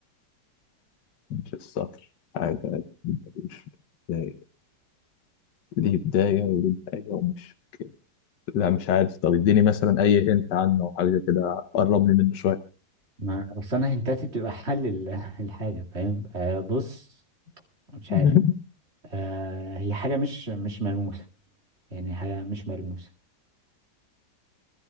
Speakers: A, on the left; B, on the right.
A: مش السطر عادي عادي. مش بداية ليه بداية وليه نهاية ومش لا مش عارف طب اديني مثلا أي هنت عنه أو حاجة كده قرب لي منه شوية
B: ما اصل انا هنتاتي بتبقى حل ال- <laughs> الحاجه فاهم آه بص مش
A: <laughs>
B: عارف آه هي حاجه مش مش ملموسه يعني حاجه مش ملموسه